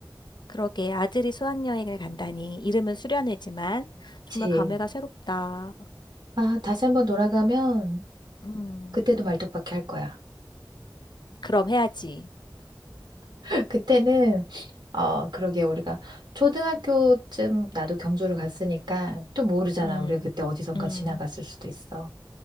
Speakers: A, on the left; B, on the right.
A: 그러게 아들이 수학여행을 간다니 이름은 수련회지만 정말
B: 그치.
A: 감회가 새롭다.
B: 아, 다시 한번 돌아가면
A: 음,
B: 그때도 말뚝박기 할 거야.
A: 그럼 해야지.
B: <laughs> 그때는, 어, 그러게 우리가 초등학교쯤 나도 경주를 갔으니까 또 모르잖아.
A: 음,
B: 우리가 그때 어디선가
A: 음.
B: 지나갔을 수도 있어.